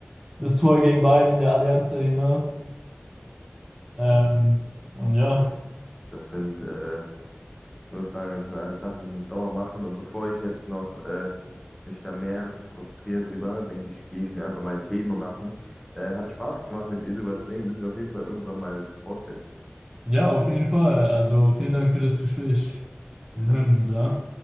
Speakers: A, on the right (about 15°); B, in the centre.
A: das Tor gegen Bayern in der Allianz Arena. Ähm,
B: Ja,
A: und ja,
B: Das, das sind, äh, ich muss sagen, das sind alles Sachen, die mich sauer machen. Und bevor ich jetzt noch äh, mich da mehr frustriere drüber, denke ich, gehe ich mir einfach mal einen Tee machen. Äh, hat Spaß gemacht, mit dir drüber zu reden. Müssen wir auf jeden Fall irgendwann mal fortsetzen.
A: ja, auf jeden Fall. Also vielen Dank für das Gespräch. Wir
B: Ja.
A: hören uns, ja.